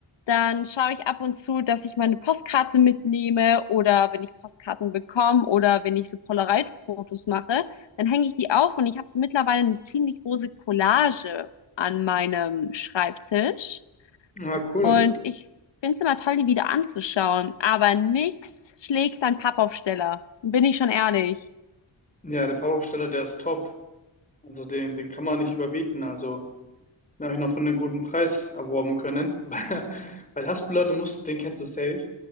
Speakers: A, on the left; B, on the left.
A: dann schaue ich ab und zu, dass ich meine Postkarte mitnehme oder wenn ich Postkarten bekomme oder wenn ich so Polaroid-Fotos mache, dann hänge ich die auf und ich habe mittlerweile eine ziemlich große Collage an meinem Schreibtisch.
B: Ah, cool.
A: Und ich finde es immer toll, die wieder anzuschauen. Aber nix schlägt ein Pappaufsteller. Bin ich schon ehrlich.
B: Ja, der Pappaufsteller, der ist top. Also den, den kann man nicht überbieten. Also den habe ich noch für einen guten Preis erworben können. <laughs> Weil, weil Haspel, du musst, den kennst du safe.